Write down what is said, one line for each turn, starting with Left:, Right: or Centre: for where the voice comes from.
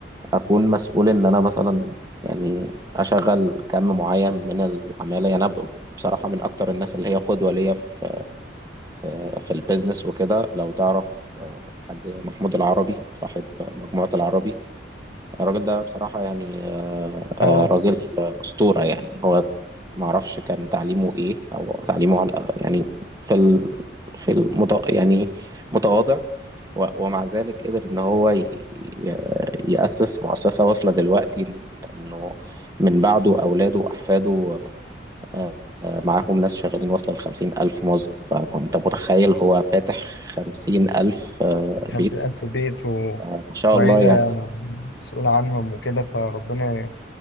Right: اكون مسؤول ان انا مثلا يعني اشغل كم معين من العمالة يعني انا ب- بصراحة من اكتر الناس اللي هي قدوة ليا في في في البيزنس وكده لو تعرف آه، الحاج محمود العربي صاحب مجموعة العربي الراجل ده بصراحة يعني آه،
Left: اه
Right: آه، راجل آه، أسطورة يعني هو معرفش كان تعليمه إيه أو تعليمه على يعني في ال... في المت... يعني متواضع و... ومع ذلك قدر إن هو ي... ي- يأسس مؤسسة واصلة دلوقتي إن- إنه من بعده أولاده وأحفاده آه، آه، معاهم ناس شغالين واصلة لخمسين ألف موظف ف... فأنت متخيل هو فاتح خمسين ألف آه، بيت
Left: خمسين ألف بيت و...
Right: ما شاء
Left: وعيلة
Right: الله يعني
Left: مسؤول عنهم وكده فربنا